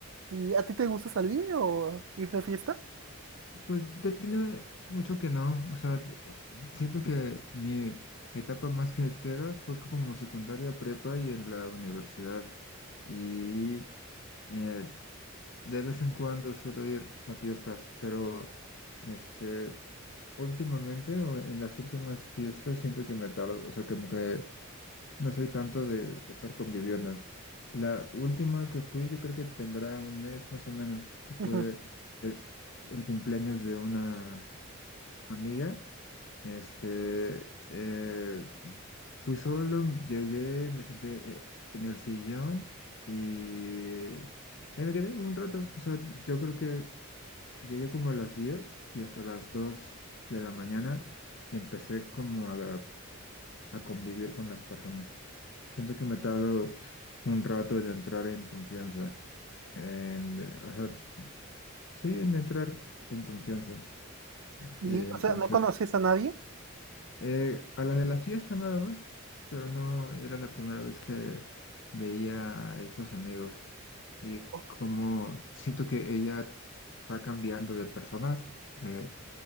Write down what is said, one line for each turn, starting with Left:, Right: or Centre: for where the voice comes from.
Right: ¿Y a ti te gusta salir o ir de fiesta?
Left: Pues ya tiene mucho que no, o sea, t- eh, siento que mi etapa más fiestera fue como secundaria, prepa y en la universidad. Y eh, de vez en cuando suelo ir a fiestas, pero este, últimamente o en las últimas fiestas siento que me tardo, o sea, como que no soy tanto de estar conviviendo. La última que fui yo creo que tendrá un mes más o menos y fue
Right: Ujú.
Left: el, el cumpleaños de una Amiga, este, eh, fui solo, llegué, me senté eh, en el sillón y ahí me quedé un rato. O sea, yo creo que llegué como a las 10 y hasta las dos de la mañana empecé como a, a convivir con las personas. Siento que me he tardado un rato en entrar en confianza, en, o sea, sí, en entrar en confianza.
Right: Y,
Left: Y
Right: o
Left: entonces
Right: sea, ¿no conocías a nadie?
Left: Eh, a la de la fiesta nada más, pero no era la primera vez que veía a esos amigos. Y
Right: Oh,
Left: como siento que ella va cambiando de personas, eh,